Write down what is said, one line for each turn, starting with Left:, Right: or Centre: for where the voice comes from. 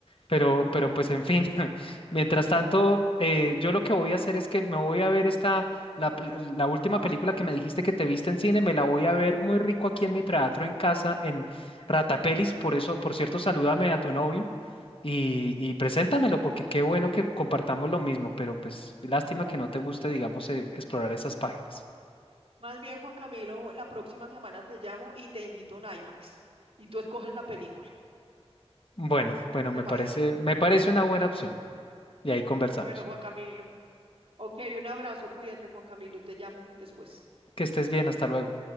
Left: pero, pero pues en fin, <laughs> mientras tanto, eh, yo lo que voy a hacer es que me voy a ver esta, la, pel- la última película que me dijiste que te viste en cine, me la voy a ver muy rico aquí en mi teatro en casa, en Ratapelis, por eso, por cierto, salúdame a tu novio. Y, y preséntamelo, porque qué bueno que compartamos lo mismo, pero pues lástima que no te guste, digamos, eh, explorar esas páginas.
Right: más bien, Juan Camilo, la próxima semana te llamo y te invito a un IMAX y tú escoges la película.
Left: Bueno, bueno,
Right: ¿Te
Left: me
Right: parece?
Left: parece, me parece una buena opción y ahí conversamos.
Right: Bueno, Juan Camilo. Ok, un abrazo, cuídate, Juan Camilo, te llamo después.
Left: Que estés bien, hasta luego.